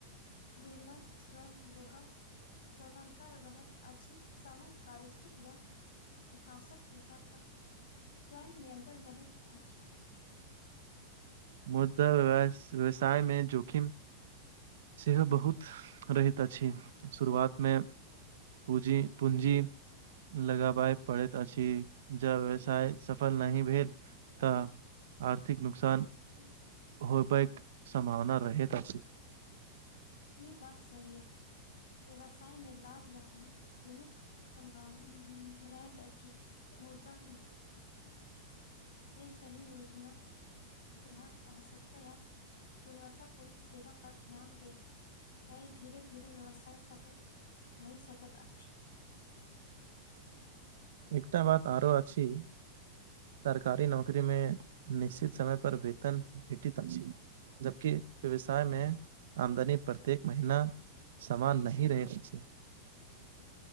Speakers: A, on the left; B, on the right.
A: निर्णय स्वयं लेबर स्वतंत्र रहैत अछि समय कार्यशील या विकासक दिशा पर स्वयं नियंत्रण रहैत अछि
B: मुदा व्यवसाय में जोखिम सेहो बहुत रहहि अछि शुरुआत
A: अछि
B: में पूजी पूंजी लगाबए पड़ैत अछि जब व्यवसाय सफल नहि भेल तऽ आर्थिक नुकसान
A: ह <unintelligible>
B: हो बक संभावना रहत अी
A: ई बात सही अछि व्यवसाय में लाभ या हानि दुनूक सम्भावना रहल अछि मुदा य सही योजना ग्राहक आवश्यकता या गुणवत्तपूर्ण सेवा पर ध्यान देल तऽ धीरे धीरे व्यवसाय सफल भइ सकैत अछि <inaudible>
B: एकटा बात आरोआछी सरकारी नौकरी में निश्चित समय पर वेतन भेटित अछि जबकि व्यवसाय में आमदनी प्रत्येक महिना सामान नय रहे पछी